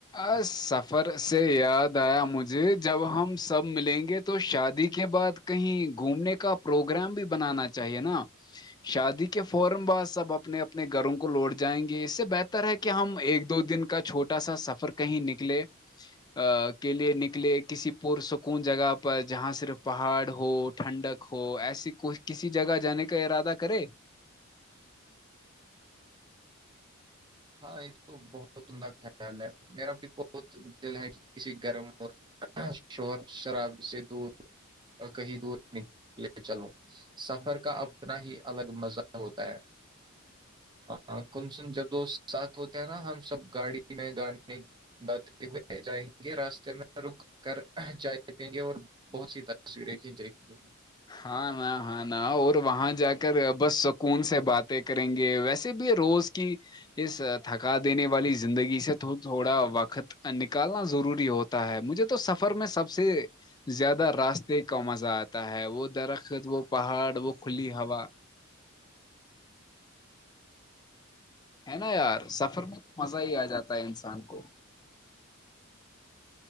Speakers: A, on the left; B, on the right.
A: ا سفر سے یاد آیا مجھے جب ہم سب ملیں گے تو شادی کے بعد کہیں گھومنے کا پروگرام بھی بنانا چاہیے نا شادی کے فورم بع سب اپنے اپنے گھروں کو لوٹ جائیں گے اس سے بہتر ہے کہ ہم ایک دو دن کا کا چھوٹا سا سفر کہیں نکلے ا کے لیے نکلے کسی پرسکون جگہ پر جہاں صرف پہاڑ ہو ٹھنڈک ہو ایسی کو کسی جگہ جانے کا ارادہ کرے
B: ہاں ایک تو بہت تہ خیال ہے میرا بھی بہت دل ہے کہ کسی گرم م شہور شرابی سے دودھ کہیں دور ن لے چلوں سفر کا اپنا ہی الگ مزہ ہوتا ہے ہاں کن سن جب دوست ساتھ ہوتے ہیں نا ہم سب گاڑی میں گاڑی اہ گ راستے میں رک کر جائے سکیں گے اور بہت سی تصویریں کھینچیں گی
A: ہاں نہ ہاں نہ اور وہاں جا کر بس سکون سے باتیں کریں گے ویسے بھی روز کی اس تھکا دینے والی زندگی سے تھوڑا وقت نکالنا ضروری ہوتا ہے مجھے تو سفر میں سب سے زیادہ راستے کا مزات تا ہے وہ درخت وہ پہاڑ وہ کھلی ہوا ہے نا یار سفر میں تو مزہ ہی آ جاتا ہے انسان کو